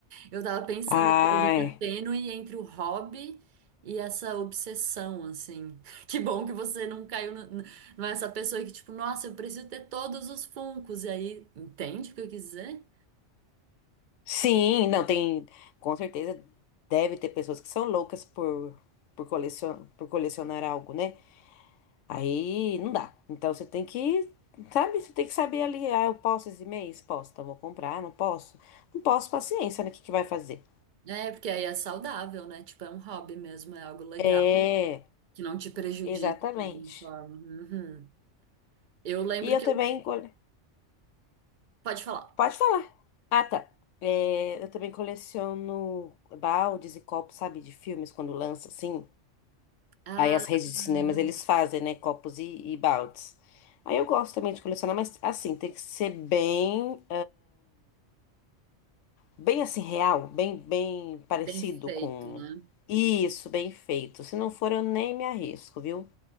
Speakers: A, on the right; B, on the left.
A: Eu tava pensando
B: Ai,
A: que a linha tênue entre o hobby e essa obsessão, assim. <laughs> Que bom que você não caiu, no- não é essa pessoa que, tipo, nossa, eu preciso ter todos os funcos. E aí, entende o que eu quis dizer?
B: sim, não tem. Com certeza deve ter pessoas que são loucas por, por, colecion, por colecionar algo, né? Aí não dá. Então você tem que, sabe? Você tem que saber ali, ah, eu posso esse mês? Posso, então vou comprar, não posso. Não posso, paciência, né? O que que vai fazer?
A: É, porque aí é saudável, né? Tipo, é um hobby mesmo, é algo legal,
B: É,
A: que não te prejudica
B: exatamente.
A: de nenhuma forma. Uhum. Eu lembro
B: E eu
A: que
B: também,
A: eu.
B: cole-
A: Pode falar.
B: pode falar. Ah, tá. É, eu também coleciono baldes e copos, sabe, de filmes quando lança, assim.
A: Ah,
B: Aí as redes
A: uhum.
B: de cinemas eles fazem, né, copos e, e baldes. Aí eu gosto também de colecionar, mas assim, tem que ser bem Bem assim, real, bem, bem parecido
A: bem feito,
B: com.
A: né?
B: Isso, bem feito. Se não for, eu nem me arrisco, viu?